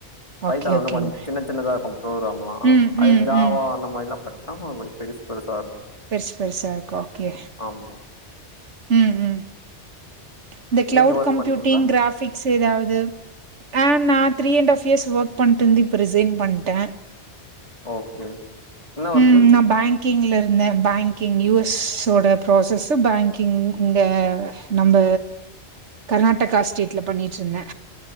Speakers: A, on the left (about 25°); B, on the right (about 80°).
A: பைத்தான்
B: ஓகே
A: வந்து
B: ஓகேங்க
A: கொஞ் சின்ன சின்னதா இருக்கு ப்ரோக்ராம்லா
B: ம்
A: அதே
B: ம்
A: ஜாவா
B: ம்
A: அந்த மாரிலா அத்தா கொஞ் பெருசு பெருசா இருக்கு.
B: பெர்சு பெருசாருக்கு ஒகே
A: ஆமா
B: ம் ம். இந்த கிளவுடு
A: நீங்க ஒர்க்
B: கம்ப்யூட்டிங்
A: பண்றீங்களா
B: கிராஃபி க்ஸ் எதாவ்து ஆ நா three and half years okay பண்ட்டுந்து இப்போ ரிசைன் பண்ட்டே.
A: ஓகே. என்ன ஒர்க்கு
B: ம் நா பேங் கிங்ல இருந்தே பேங்கிங் யூ எஸ் ஸோட ப்ரோசஸ்ஸு பேங்கிங் இங்க நம்ப கர்நாட்டக்கா ஸ்டேட்ல பண்ணிட்ருந்தே.